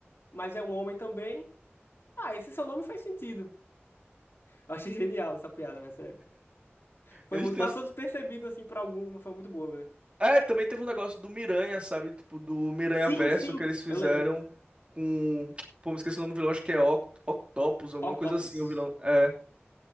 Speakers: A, on the left; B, on the right.
A: mas é um homem também. Ah, esse seu nome faz sentido. Eu achei genial essa piada, velho, sério. Foi
B: Eles
A: muito...
B: têm.
A: Passou
B: as-
A: despercebido, assim, pra alguns, mas foi muito boa, velho.
B: É, também teve um negócio do Miranha, sabe? Tipo, do Miranha
A: Sim,
B: Verso
A: sim,
B: que eles fizeram
A: eu lembro.
B: com. Pô, me esqueci o nome do vilão, acho que é Oct- Octopus, alguma
A: Octopus.
B: coisa assim, o vilão. É.